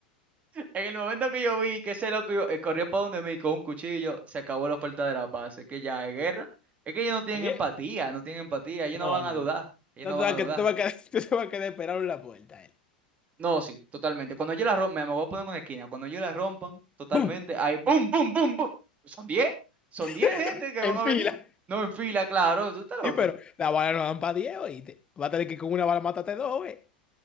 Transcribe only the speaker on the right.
En el momento que yo vi que ese loco iba- eh, corrió para donde mí con un cuchillo, se acabó la oferta de la paz. Es que ya es guerra. Es que ellos no tienen
empatía, no tienen empatía. Ellos
no van
a dudar.
Ellos
no
van
a
dudar.
No, sí, totalmente. Cuando yo la rompa, me voy a poner en una esquina. Cuando yo la rompan, totalmente,
ahí, boom, boom, boom, boom. Son 10, Son
10 gente que
van a
venir. No en fila, claro. Tú estás loco.